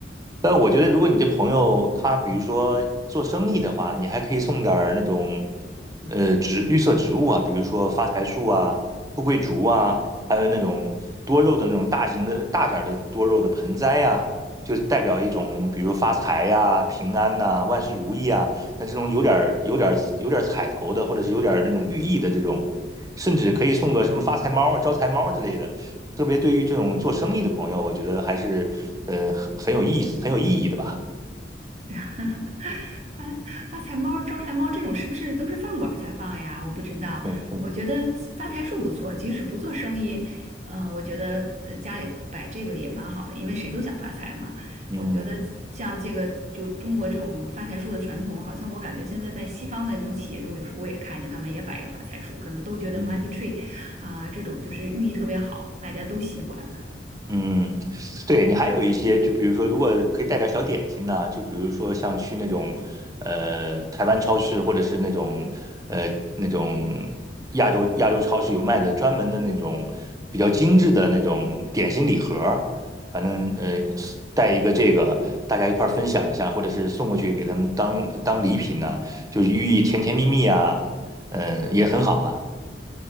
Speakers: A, on the right; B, on the right.
A: 但我觉得，如果你这朋友他比如说做生意的话，你还可以送点儿那种呃植绿色植物啊，比如说发财树啊、富贵竹啊，还有那种多肉的那种大型的大点儿的多肉的盆栽呀、就代表一种比如发财呀、平安呐、万事如意啊，像这种有点儿有点儿有点儿彩头的，或者是有点儿那种寓意的这种，甚至可以送个什么发财猫啊、招财猫之类的。特别对于这种做生意的朋友，我觉得还是呃很很有意思、很有意义的吧。
B: <laughs> 发发财猫、招财猫这种是不是都是饭馆儿才放呀？我不知道。
A: 嗯嗯
B: 我觉得发财树不错，即使不做生意，呃，我觉得呃家里摆这个也蛮好的，因为谁都想发财嘛。
A: 嗯
B: 我觉得像这个就中国这种发财树的传统，好像我感觉现在在西方的那种企业中，有时候我也看见他们也摆一个发财树，可能都觉得
A: 嗯。
B: money tree 啊、这种就是寓意特别好，大家都喜欢。
A: 嗯，对你还有一些，就比如说，如果可以带点小点心呢，就比如说像去那种呃台湾超市，或者是那种呃那种亚洲亚洲超市有卖的专门的那种比较精致的那种点心礼盒儿，反正呃是带一个这个，大家一块儿分享一下，或者是送过去给他们当当礼品呢，就是寓意甜甜蜜蜜啊，嗯、也很好啊。